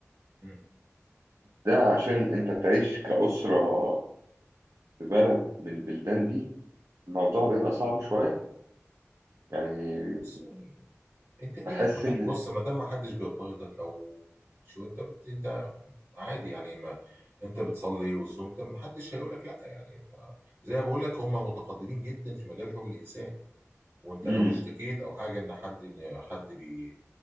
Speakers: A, on the right (about 55°); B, on the right (about 70°).
A: مم.
B: ده عشان انت تعيش كأسره في بلد من البلدان دي الموضوع بيبقى صعب شويه يعني
A: بص يعني انت دينك
B: بحس
A: ما حد
B: ان
A: بص ما دام ما حدش بيضطهدك او شو انت بت... انت عادي يعني ما انت بتصلي وصمت ما حدش هيقول لك لا يعني ف... زي ما بقول لك هم متقدمين جدا في مجال حقوق الانسان وانت لو
B: امم
A: اشتكيت او حاجه ان حد ان حد بي...